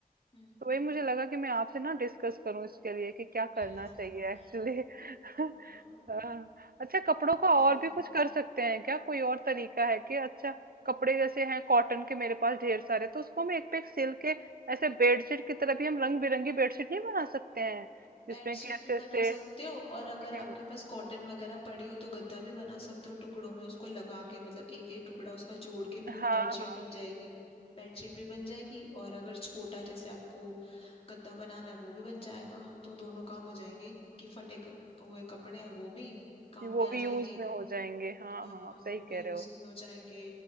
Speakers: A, on the left; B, on the right.
A: हम्म
B: तो वही मुझे लगा कि मैं आपसे ना डिस्कस करूं इसके लिए कि क्या
A: <laughs>
B: करना चाहिए एक्चुअली <laughs>
A: हाँ,
B: अच्छा कपड़ों का
A: सही
B: और भी
A: है
B: कुछ कर सकते हैं क्या कोई और तरीका है कि अच्छा कपड़े जैसे हैं कॉटन के मेरे पास ढेर सारे तो उसको हम एक पे एक सिल के ऐसे बेडशीट की तरह भी हम रंग बिरंगी बेडशीट नहीं बना सकते हैं जिसमें
A: बेडशीट
B: कि अच्छे
A: भी बना
B: से
A: सकते हो और
B: हम्म,
A: अगर आपके पास कॉटन वगैरह पड़ी हो तो गद्दा भी बना सकते हो टुकड़ों में उसको लगा के मतलब एक एक टुकड़ा उसका जोड़ के
B: हाँ
A: पूरी बेडशीट
B: हाँ
A: बन जाएगी बेडशीट भी बन जाएगी और अगर छोटा जैसे आपको गद्दा बनाना है वो भी बन जाएगा तो दोनों काम हो जाएंगे कि फटे क- हुए कपड़े हैं वो भी काम
B: वो
A: में आ
B: भी यूज
A: जाएंगे
B: में हो जाएंगे हाँ
A: हाँ
B: हाँ आप सही
A: वो भी
B: कह
A: यूज
B: रहे हो
A: में हो जाएंगे